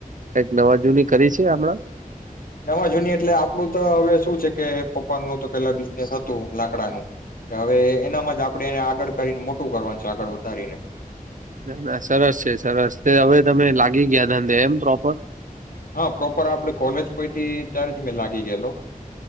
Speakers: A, on the right; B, on the left.
A: કઈક નવા જૂની કરી છે હમણાં
B: નવા જૂની એટલે આપણું તો હવે શું છે કે પપ્પા હતું તો પહેલાથી હતું લાકડાનું હવે, એનામાં જ આપણે એને આગળ કરીને મોટું કરવાનું છે. આગળ વધારીને,
A: ના ના સરસ છે, સરસ તે હવે તમે લાગી ગયા ધંધે એમ પ્રોપર.
B: હ પ્રોપર આપડે કોલેજ પયટી ત્યારે જ મેં લાગી ગેલો.